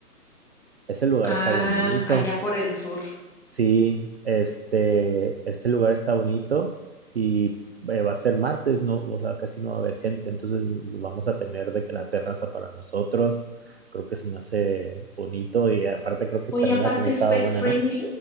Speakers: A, on the right; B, in the centre.
A: Ese lugar
B: Ah,
A: está bonito.
B: allá por el sur.
A: Sí, este, este lugar está bonito y eh, va a ser martes, no, o sea, casi no va a haber gente, entonces vamos a tener de que la terraza para nosotros. Creo que se me hace bonito y aparte creo que
B: Oye,
A: también
B: aparte
A: la comida estaba
B: es pet
A: buena,
B: friendly.
A: ¿no?